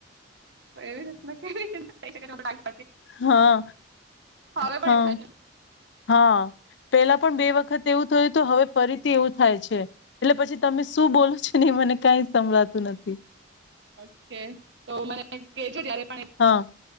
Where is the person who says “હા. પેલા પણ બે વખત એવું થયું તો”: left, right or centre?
Left